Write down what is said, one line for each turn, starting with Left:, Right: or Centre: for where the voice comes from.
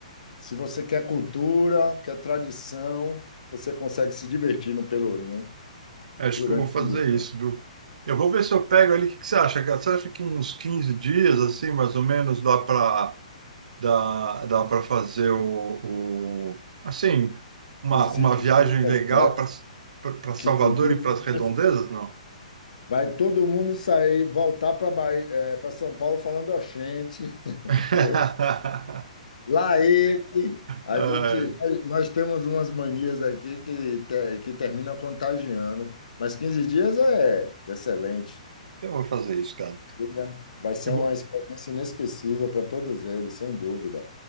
Left: se você quer cultura, quer tradição, você consegue se divertir no Pelourinho
Right: Acho
Left: durante
Right: que eu vou fazer
Left: o ano
Right: isso, viu? Eu vou ver se eu pego ali. O que que você acha, cara? Você acha que uns 15 dias, assim, mais ou menos, dá para dá, dá para fazer o, o- assim, uma,
Left: O sítio
Right: uma viagem
Left: todo completo,
Right: legal para para Salvador
Left: 15 dias,
Right: e para
Left: é
Right: as
Left: perfeito.
Right: redondezas, não?
Left: vai todo mundo sair, voltar para Bahia, para São Paulo falando, ó, gente, <laughs>
Right: <laughs>
Left: Lá ele, a
Right: É,
Left: gente, nós nós temos umas manias aqui que, te- que termina contagiando, mas 15 dias é excelente.
Right: eu vou fazer isso, cara.
Left: Diga, Vai ser
Right: Eu vou,
Left: uma experiência inesquecível para todos eles, sem dúvida.